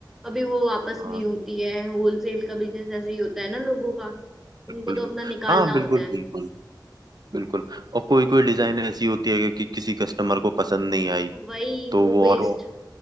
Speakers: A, in the centre; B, on the right (about 55°).
A: कभी वो वापस
B: हाँ,
A: नहीं होती है होलसेल का बिजनेस ऐसे ही होता है ना लोगों का उनको
B: बिल्कुल
A: तो
B: बिल्कुल
A: अपना निकालना
B: हाँ बिल्कुल
A: होता है
B: बिल्कुल बिल्कुल और कोई कोई डिजाइन ऐसी होती है कि, कि किसी कस्टमर को पसंद नहीं आई
A: वही
B: तो
A: वो
B: वो
A: वेस्ट
B: और वो